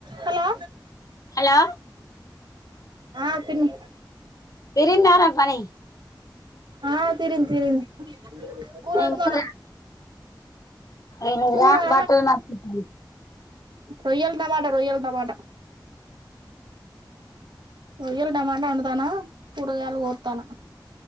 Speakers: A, on the right (about 70°); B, on the left (about 45°).
A: హలో
B: హలో
A: ఆ పిని
B: ప్రరిందార పని
A: ఆ తిరిన్ తిరిన్ పూరనుందనా
B: ఇంకో ఏనుగురా
A: పూరా
B: బట్టలు మర్చుతుంది
A: రొయ్యల్ద మాట రొయ్యల్దమాట ఒయల్డమాంట ఉ తనా కూరగాయలు కొతానా